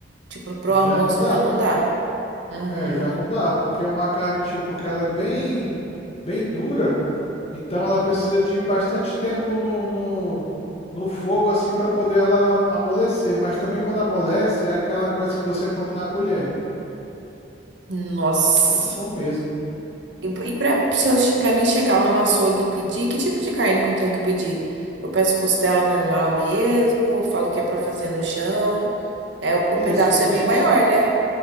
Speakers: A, on the right; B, on the left.
A: Tipo, pro
B: Já
A: almoço
B: não dá.
A: já não dá. Uhum.
B: É, já não dá, porque é uma carne tipo que ela é bem, bem dura, então ela precisa de bastante tempo no, no, no fogo assim para poder ela amolecer. Mas também quando amolece é aquela coisa que você come na colher.
A: Nossa.
B: Muito bom mesmo.
A: E, e pra, se eu, pra mim chegar lá no açougue e pedir, que tipo de carne que eu tenho que pedir? Eu peço costela normal mesmo, eu falo que é pra fazer no chão. É, o, o
B: Isso,
A: pedaço
B: você
A: é bem maior, né?